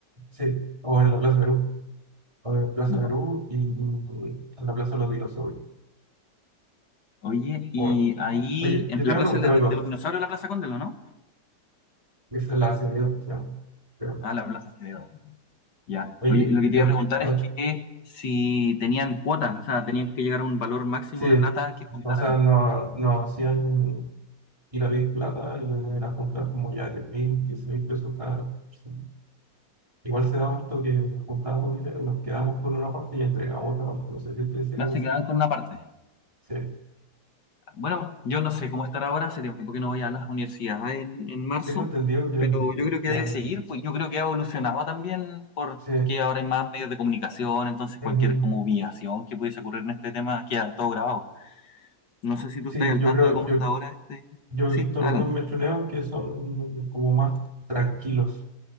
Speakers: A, on the right; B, on the left.
A: sí, o en la Plaza Perú. a ver, Plaza
B: Ya.
A: Perú y a la Plaza Los Dinosaurios.
B: Oye,
A: Por-
B: y ahí,
A: Oye,
B: en
A: yo
B: la
A: te iba
B: Plaza
A: a preguntar
B: de,
A: algo.
B: de los Dinosaurios, la Plaza Condel, ¿o ¿no?
A: Esa es la Acevedo, se llama, creo.
B: Ah, la Plaza Cereal. Ya.
A: Oye,
B: Oye, lo que
A: yo,
B: te iba a preguntar
A: ah,
B: es que si tenían cuotas, o sea, tenían que llegar a un valor máximo
A: sí,
B: de plata que juntaran,
A: o sea, no, no hacían ir a Big Plata y le a juntar como ya diez mil, quince mil pesos cada. sí. Igual se da harto que juntábamos dinero y nos quedamos con una parte y entregamos otra parte. No sé si estoy diciendo.
B: ya se quedaban con una parte.
A: Sí,
B: Bueno, yo no sé cómo estar ahora, hace tiempo que no voy a las universidades en, en marzo,
A: tengo entendido que,
B: pero
A: el-
B: yo creo que
A: que
B: debe
A: han.
B: seguir, pues yo creo que ha evolucionado también porque
A: Sí,
B: ahora hay más medios de comunicación, entonces
A: ujú.
B: cualquier como humillación que pudiese ocurrir en este tema queda todo grabado. No sé si tú
A: Sí,
B: estás al
A: yo
B: tanto
A: creo,
B: de cómo
A: yo
B: está ahora este...
A: Yo he
B: Sí,
A: visto algunos
B: adelante.
A: mechoneos que son como más tranquilos,